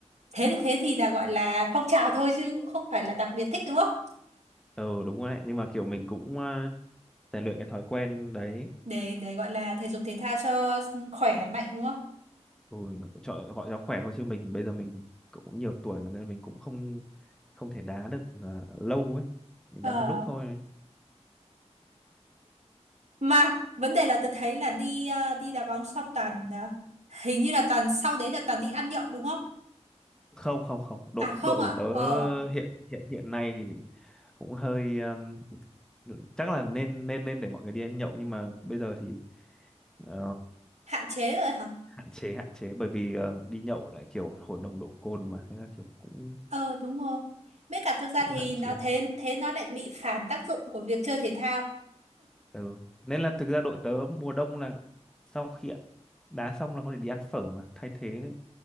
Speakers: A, on the right (about 75°); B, in the centre.
A: Thế thì thế thì là gọi là phong trào thôi chứ cũng không phải là đặc biệt thích đúng không?
B: ờ đúng rồi đấy nhưng mà kiểu mình cũng ờ, rèn luyện cái thói quen đấy
A: để để gọi là thể dục thể thao cho khỏe mạnh đúng không?
B: ừ cho họ cho khỏe thôi chứ mình bây giờ mình cũng nhiều tuổi rồi nên mình cũng không không thể đá được ờ, lâu ấy mình
A: Ờ,
B: đá một lúc thôi
A: mà vấn đề là tôi thấy là đi ờ, đi đá bóng xong toàn ờ, hình như là toàn sau đấy là toàn đi ăn nhậu đúng không?
B: không không không đội
A: À không
B: đội
A: à?
B: của tớ
A: Ờ,
B: hiện hiện hiện nay thì cũng hơi um, chắc là nên nên nên để mọi người đi ăn nhậu nhưng mà bây giờ thì ờ,
A: hạn chế rồi hả?
B: hạn chế hạn chế bởi vì ờ, đi nhậu lại kiểu hồn đồng độ cồn mà thế là kiểu cũng
A: Ờ đúng rồi. Với cả thực ra
B: cũng
A: thì
B: hạn
A: nó
B: chế
A: thế thế nó lại bị phản tác dụng của việc chơi thể thao.
B: ừ. nên là thực ra đội tớ mùa đông là sau khi đá xong là có thể đi ăn phở mà thay thế đấy.